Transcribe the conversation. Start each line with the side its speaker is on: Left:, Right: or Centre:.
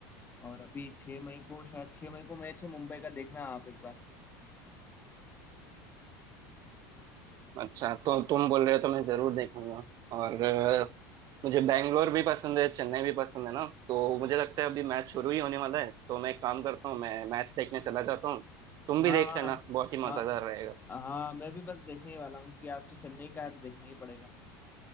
Left: और अभी छह मई को शायद छह मई को मैच है मुंबई का देखना आप एक बार
Right: अच्छा तो तुम बोल रहे हो तो मैं जरूर देखूंगा और अ, मुझे बैंगलोर भी पसंद है चेन्नई भी पसंद है ना तो मुझे लगता है अभी मैच शुरू ही होने वाला है तो मैं एक काम करता हूँ मैं मैच देखने चला जाता हूँ तुम
Left: हाँ
Right: भी देख लेना बहुत ही
Left: हाँ
Right: मजेदार रहेगा
Left: हाँ हाँ मैं भी बस देखने ही वाला हूँ क्योंकि आज तो चेन्नई का है तो देखना ही पड़ेगा